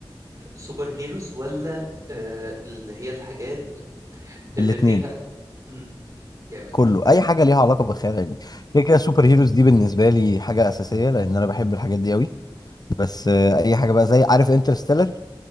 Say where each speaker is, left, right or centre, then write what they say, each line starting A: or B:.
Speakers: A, on the right (about 40°); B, on the left (about 45°).
A: سوبر هيروز ولا آه اللي هي الحاجات اللي
B: الاثنين
A: فيها امم جامد
B: كله اي حاجه ليها علاقه بالخيال العلمي كده كده سوبر هيروز دي بالنسبه لي حاجه اساسيه لان انا بحب الحاجات دي قوي بس آه اي حاجه بقى زي عارف انترستيلر